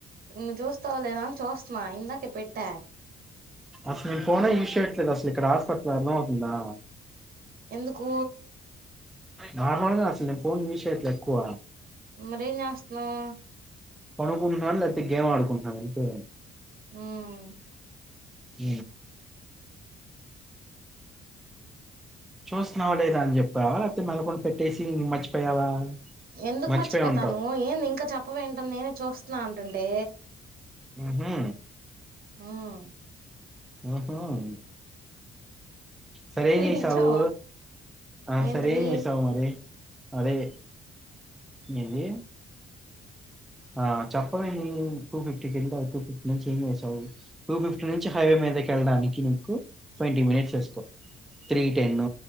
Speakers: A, on the right; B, in the centre.
A: ఇంక జూస్తవలేద అని చూస్తనా ఇందాకే పెట్టా
B: అసలు నేను ఫోనే చూసేట్లేదు అసలు ఇక్కడ హాస్పిటల్లో అర్థం అవుతుందా.
A: ఎందుకూ
B: నార్మల్ గా అస్సల్ నేను పోన్ యూస్ చేయట్లేదు ఎక్కువ
A: మరేంచేస్తున్నావ్
B: పనుకుంటున్నాను లేకపోతే గేమ్ ఆడుకుంటున్నాను అంతే
A: ఉమ్మ్
B: అ చూస్తన్నావా లేదా అని చెప్పావా లేకపోతే మెదల కుండ పెట్టేసీ మర్చిపోయావా.
A: ఎందుకు
B: మర్చిపోయి
A: మర్చిపోతాను
B: ఉంటావు
A: ఏం ఇంకా చెప్పవేంట నేనే చూస్తా ఇచ్చినానంటంటే
B: మ్మ్ హా
A: మ్మ్
B: హ్మ్ హ్ సరే ఏంచేసావు
A: నిజం
B: ఆ
A: ఏంటిది
B: సరేం ఏంచేసావు మరి అదే ఏంది ఆ చెప్పవేంది టూ ఫిఫ్టీకి ఎళ్ళావు టూ ఫిఫ్టీ నుంచి ఏం చేసావు టూ ఫిఫ్టీ నుంచి హైవే మీదకి వెళ్ళడానికి నీకు ట్వంటీ మినిట్స్ యేసుకో త్రీ టెన్న